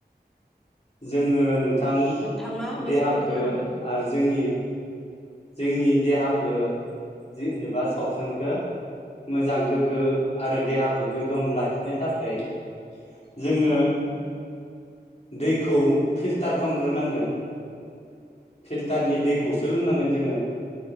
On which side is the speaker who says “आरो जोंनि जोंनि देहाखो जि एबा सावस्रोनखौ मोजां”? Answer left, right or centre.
Left